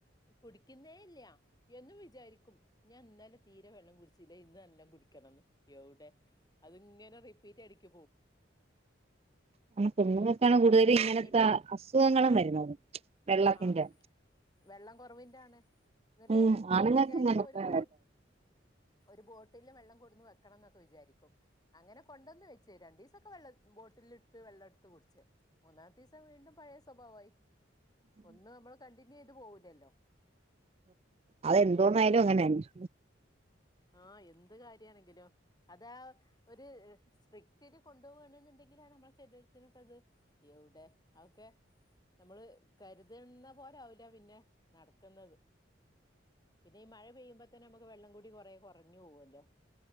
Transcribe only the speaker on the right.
നമ്മൾ പെണ്ണ്ങ്ങൾക്കാണ് കൂടുതലും ഇങ്ങനത്തെ
അസുഖങ്ങളും
വരുന്നത് വെള്ളത്തിന്റെ
ഉം ആണുങ്ങൾക്ക്
ഇങ്ങനത്തെ
അതെന്തോന്നായാലും അങ്ങനെന്നെ